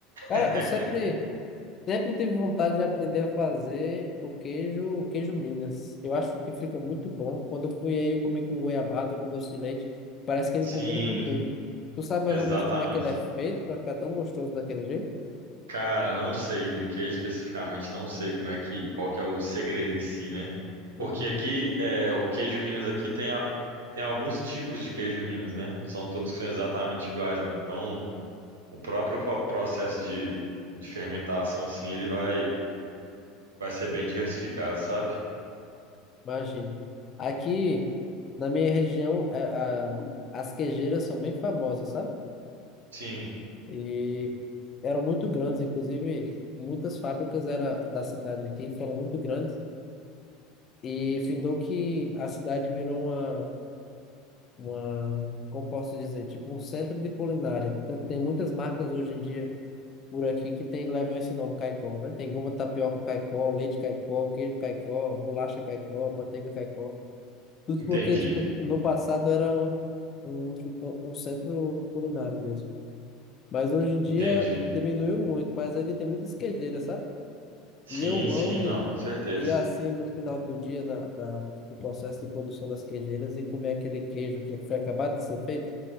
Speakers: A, on the left (about 35°); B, on the right (about 70°).
A: Cara,
B: <laughs>
A: eu sempre. Sempre tive vontade de aprender a fazer o queijo, o queijo Minas. Eu acho que fica muito bom. Quando eu fui aí, eu comi com goiabada, com doce de leite. Parece que ele
B: Sim,
A: combina com tudo. Tu sabe
B: exatamente.
A: mais ou menos como é que ele é feito para ficar tão gostoso daquele jeito?
B: Cara, não sei do que é especificamente, não sei como é que, qual que é o segredo em si, né? Porque
A: Uhum.
B: aqui, é, o queijo Minas aqui tem, a- tem alguns tipos de queijo Minas, né? Não são todos que são exatamente iguais, não. Então, o próprio po- processo de, de fermentação, assim, ele vai, vai ser bem diversificado, sabe?
A: Imagino. Aqui, na minha região, a- a- as queijeiras são bem famosas, sabe?
B: Sim,
A: E eram muito grandes, inclusive muitas fábricas era da cidade aqui, foram muito grandes. E findou que a cidade virou uma uma, como posso dizer, tipo um centro de culinária. Tem tem muitas marcas hoje em dia por aqui que tem, levam esse nome Caicó, né? Tem goma de tapioca Caicó, leite Caicó, queijo Caicó, bolacha Caicó, manteiga Caicó. Tudo
B: entendi,
A: porque, tipo, no passado era um, um, tipo, um centro culinário mesmo. Mas hoje em dia
B: entendi.
A: diminuiu muito, mas ainda tem muitas queijeiras, sabe?
B: Sim,
A: E eu
B: sim,
A: amo
B: não, com certeza.
A: ir assim no final do dia na, na, do processo de produção das queijeiras e comer aquele queijo que foi acabado de ser feito.